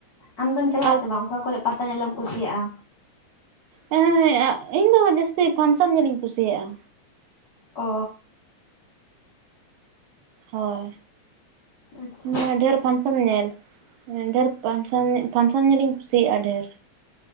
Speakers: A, on the left; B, on the right.
A: ᱟᱢ ᱫᱚᱢ ᱪᱟᱞᱟᱜ
B: ᱟᱨ
A: ᱟᱥᱮ ᱵᱟᱝ, ᱚᱠᱟ ᱠᱚᱨᱮ ᱯᱟᱛᱟ ᱧᱮᱞᱮᱢ ᱠᱩᱥᱤᱭᱟᱜᱼᱟ?
B: ᱦᱮᱸ ᱤᱧ ᱫᱚ ᱡᱟᱹᱥᱛᱤ ᱯᱷᱟᱱᱥᱮᱱ ᱧᱮᱞᱤᱧ ᱠᱩᱥᱤᱭᱟᱜᱼᱟ᱾
A: ᱚ
B: ᱦᱳᱭ
A: ᱟᱪᱪᱷᱟ
B: ᱢᱟᱱᱮ ᱰᱷᱮᱨ ᱯᱷᱟᱱᱥᱮᱱ ᱧᱮᱞ ᱰᱷᱮᱨ ᱯᱷᱟᱱᱥᱮᱱ ᱯᱷᱟᱱᱥᱚᱱ ᱧᱮᱞᱤᱧ ᱠᱩᱥᱤᱭᱟᱜᱼᱟ ᱰᱷᱮᱨ᱾